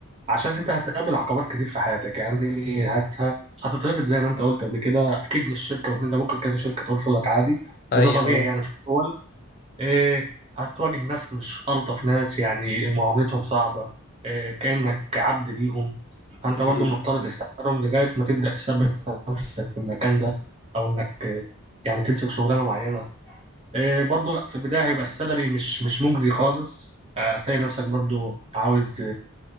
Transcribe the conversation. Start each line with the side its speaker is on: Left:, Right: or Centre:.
Right: عشان انت هتقابل عقبات كتير في حياتك يعني هت هتترفض زي ما انت قلت قبل كده اكيد مش شركه واتنين ده ممكن كذا شركه ترفضك عادي
Left: أيوة
Right: وده طبيعي
Left: اه
Right: يعني في الاول إيه هتواجه ناس مش الطف ناس يعني معاملتهم صعبه إيه كانك عبد ليهم فانت برضو
Left: امم
Right: مضطر تستحملهم لغايه ما تبدا تثبت نفسك في المكان ده او انك آه، يعني تمسك شغلانه معينه إيه برضو في البدايه هيبقى السالري مش مش مجزي خالص آه، هتلاقي نفسك برضو عاوز